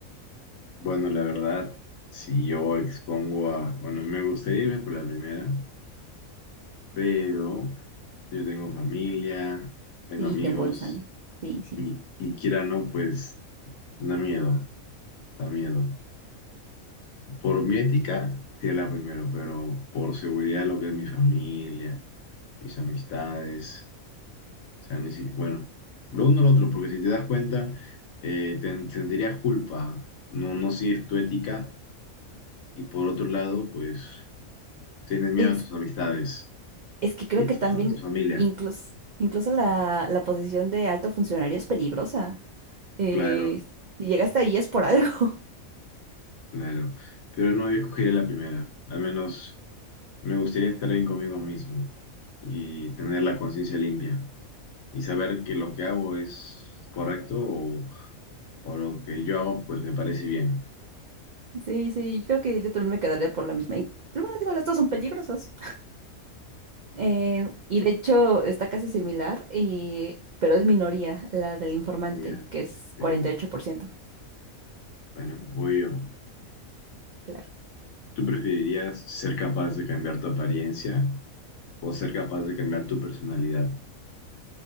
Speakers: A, on the left; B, on the right.
A: bueno, la verdad, si yo expongo a, bueno, me gustaría irme por la primera, pero yo tengo familia, tengo
B: Sí,
A: amigos
B: te embolsan. Sí, sí.
A: y, y quiera o no, pues da miedo, da miedo. Por mi ética, sería la primera, pero por seguridad, lo que es mi familia, mis amistades. O sea, ni si- bueno, lo uno o lo otro, porque si te das cuenta, eh, ten- sentirías culpa, no, no sigues tu ética y por otro lado, pues tienes miedo
B: Es,
A: a tus amistades
B: es que creo
A: y
B: que
A: tus-
B: también
A: a tu familia.
B: incluso, incluso la, la posición de alto funcionario es peligrosa. Eh,
A: Claro,
B: si llegaste ahí es por algo. <laughs>
A: claro. Pero no, yo escogería la primera. Al menos me gustaría estar bien conmigo mismo y tener la conciencia limpia y saber que lo que hago es correcto o, o lo que yo hago pues me parece bien.
B: Sí, sí, creo que yo también me quedaría por la misma. Y, Bueno, digo, las dos son peligrosas. Eh, y de hecho está casi similar, y, pero es minoría la del informante,
A: Ya,
B: que es
A: sí.
B: cuarenta y ocho por ciento
A: Bueno, voy yo.
B: Claro.
A: ¿Tú preferirías ser capaz de cambiar tu apariencia o ser capaz de cambiar tu personalidad?